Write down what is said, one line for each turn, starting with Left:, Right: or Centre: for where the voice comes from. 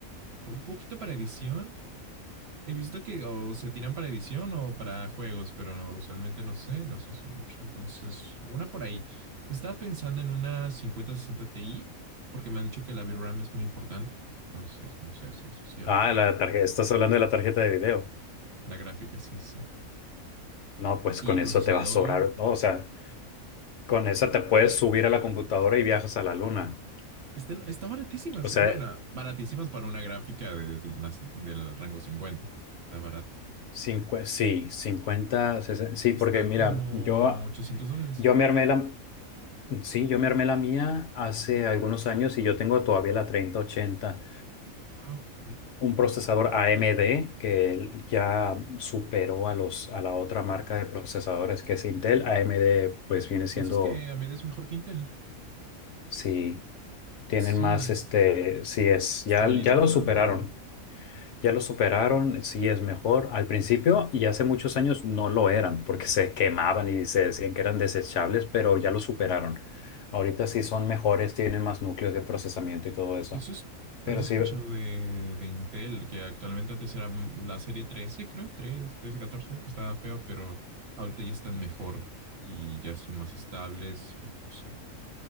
Right: un poquito para edición. He visto que o se tiran para edición o para juegos, pero no- usualmente no sé, no sé eso mucho. Entonces, una por ahí. Estaba pensando en una cincuenta sesenta Ti, porque me han dicho que la VRAM es muy importante. Entonces, no sé si eso es cierto.
Left: Ah, la tarjeta, estás hablando de la tarjeta de video.
Right: La gráfica, sí, sí.
Left: No, pues
Right: Y
Left: con
Right: procesador,
Left: eso te va a sobrar, ¿no? O sea. Con esa te puedes subir a la computadora y viajas a la luna.
Right: Está, está baratísima.
Left: O
Right: se-
Left: sea,
Right: Bueno, baratísimas para una gráfica del, más- del rango 50. Está barata.
Left: cincu- sí, 50, 60 sí,
Right: Está
Left: porque mira,
Right: como
Left: yo,
Right: 800 dólares.
Left: yo me armé la, sí, yo me armé la mía hace algunos años y yo tengo todavía la treinta ochenta,
Right: Ah, ok.
Left: un procesador AMD que ya superó a los, a la otra marca de procesadores que es Intel. AMD pues viene siendo,
Right: ¿Piensas que AMD es mejor que Intel?
Left: sí, tienen
Right: Ah, sí.
Left: más, este, sí es,
Right: Estabilidad,
Left: ya, ya lo
Right: ¿no?
Left: superaron.
Right: Creo.
Left: Ya lo superaron, sí es mejor. Al principio y hace muchos años no lo eran porque se quemaban y se decían que eran desechables, pero ya lo superaron. Ahorita sí son mejores, tienen más núcleos de procesamiento y todo eso.
Right: Eso es, pero
Left: Pero
Right: eso
Left: sí,
Right: he escuchado de, de Intel, que actualmente antes era la serie 13, creo. tres 13, 14, pues estaba feo, pero ahorita ya están mejor y ya son más estables y no sé.